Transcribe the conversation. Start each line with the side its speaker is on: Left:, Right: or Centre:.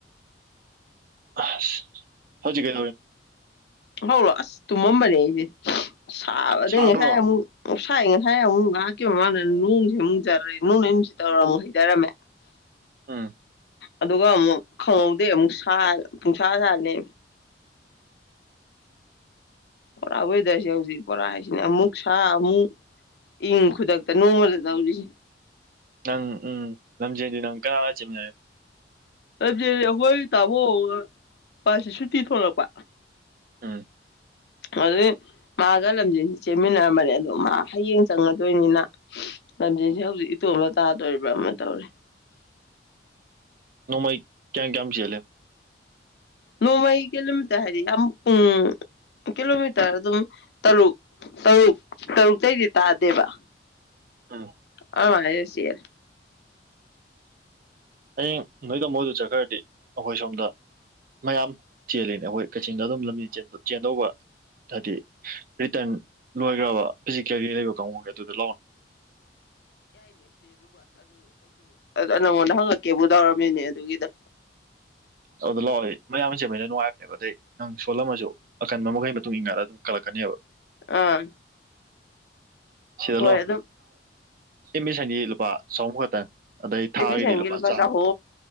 Right: ꯑ ꯍꯧꯖꯤꯒꯦ
Left: ꯍꯔꯣ ꯑꯁ ꯇꯨꯝꯃꯝꯕꯅꯦ ꯑꯩꯁꯦ ꯁꯥꯕꯗ
Right: ꯁꯥꯗ꯭ꯔꯣ
Left: ꯉꯁꯥꯏꯦ ꯁꯥꯏꯅ ꯍꯥꯏꯥꯏ ꯑꯃꯨꯛ ꯉꯥꯏꯍꯥꯛꯀꯤ ꯃꯃꯥꯅ ꯅꯣꯡꯁꯦ ꯑꯃꯨꯛ ꯆꯔꯦ ꯅꯣꯡꯅꯩ ꯅꯨꯡꯁꯤ ꯇꯧꯔ ꯑꯃꯨꯛ ꯍꯩꯊꯔꯝꯃꯦ
Right: ꯑꯥ
Left: ꯑꯗꯨꯒ ꯑꯃꯨꯛ ꯈꯪꯍꯧꯗꯦ ꯑꯃꯨꯛ ꯁꯥ ꯄꯨꯡꯁꯥ ꯁꯥꯔꯅꯤ ꯣꯔꯥ ꯋꯦꯗꯔꯁꯦ ꯍꯧꯖꯤꯛ ꯣꯔꯥ ꯍꯥꯏꯁꯤꯅ ꯑꯃꯨꯛ ꯁꯥ ꯑꯃꯨꯛ ꯏꯪ ꯈꯨꯗꯛꯇ ꯅꯣꯡꯃꯗ ꯇꯧꯔꯤꯁꯤꯦ
Right: ꯅꯪ ꯎꯝ ꯂꯝꯝꯖꯩꯗꯨ ꯅꯪ ꯀꯅꯥ ꯂ ꯆꯦꯃꯤꯟꯅꯦ
Left: ꯑꯩꯈꯣꯏ ꯇꯥꯕꯣ ꯃꯥꯁꯤ ꯁꯨꯇꯤ ꯊꯣꯂꯛꯄ
Right: ꯎꯝ
Left: ꯑꯗꯨ ꯃꯥꯒ ꯂꯝꯖꯦꯟꯁꯦ ꯆꯦꯟꯃꯤꯟꯅꯔꯝꯕꯅꯦ ꯑꯗꯣ ꯃꯥ ꯍꯌꯦꯡ ꯆꯪꯉꯗꯣꯏꯅꯤꯅ ꯂꯝꯖꯦꯟꯁꯦ ꯍꯧꯖꯤꯛ ꯏꯇꯣꯝꯗ ꯇꯥꯗꯣꯔꯤꯕ꯭ꯔꯥ ꯑꯃ ꯇꯧꯔꯦ
Right: ꯅꯃꯩ ꯀꯌꯥꯝ ꯀꯌꯥꯝ ꯆꯂꯦ
Left: ꯅꯣꯡꯃꯩ ꯀꯤꯂꯣꯃꯤꯇꯔ ꯍꯥꯏꯗꯤ ꯌꯥꯝ ꯄꯨꯡ ꯀꯤꯂꯣꯃꯤꯇꯔ ꯑꯗꯨꯝ ꯇꯔꯨꯛ ꯇꯔꯨꯛ ꯇꯔꯨꯛꯇꯩꯩꯗꯤ ꯇꯥꯗꯦꯕ
Right: ꯑꯝ
Left: ꯑ ꯁꯤꯦꯔ
Right: ꯍꯌꯦꯡ ꯅꯣꯏ ꯇꯥꯃꯣꯏꯗ ꯆꯠꯈ꯭ꯔꯗꯤ ꯑꯩꯈꯣꯏ ꯁꯣꯝꯗ ꯃꯌꯥꯝ ꯆꯦꯜꯂꯤꯅꯤ ꯑꯩꯈꯣꯏ ꯀꯛꯆꯤꯡꯗ ꯑꯗꯨꯝ ꯂꯝꯕꯤ ꯆꯦꯟꯗꯧꯕ ꯍꯥꯏꯗꯤ ꯔꯤꯇꯔꯟ ꯂꯣꯏꯈ꯭ꯔꯕ ꯐꯤꯖꯤꯀꯦꯒꯤ ꯂꯩꯕ ꯀꯥꯡꯒꯦ ꯑꯗꯨꯗ ꯂꯥꯛꯅꯤ
Left: ꯑ ꯅꯪꯉꯣꯟꯗ ꯍꯪꯉꯛꯀꯦꯕꯨ ꯇꯧꯔꯝꯃꯤꯅꯦ ꯑꯗꯨꯒꯤꯗꯣ
Right: ꯑꯗꯨꯗ ꯂꯥꯛꯑꯣ ꯃꯌꯥꯝꯁꯦ ꯃꯣꯏꯅ ꯅꯨꯡꯉꯥꯏꯕꯅꯦꯕ ꯑꯗꯩ ꯅꯪ ꯁꯣꯜꯂꯝꯃꯁꯨ ꯑꯀꯟꯕ ꯃꯈꯩ ꯃꯇꯨꯡ ꯏꯟꯟꯅꯥꯏꯂꯒ ꯑꯗꯨꯝ ꯀꯜꯂꯛꯀꯅꯦꯕ
Left: ꯑꯥ
Right: ꯁꯤꯂꯣ
Left: ꯍꯣꯏ ꯑꯗꯨꯝ
Right: ꯃꯤꯁꯟꯅꯤ ꯂꯨꯄꯥ ꯆꯍꯨꯝ ꯈꯛꯇꯪ ꯑꯗꯩ ꯊꯥꯒꯤꯗꯤ
Left: ꯃꯤ ꯁꯦꯡꯒꯦ
Right: ꯂꯨꯄꯥ
Left: ꯃꯥꯖꯥ
Right: ꯆꯥꯝꯃ
Left: ꯍ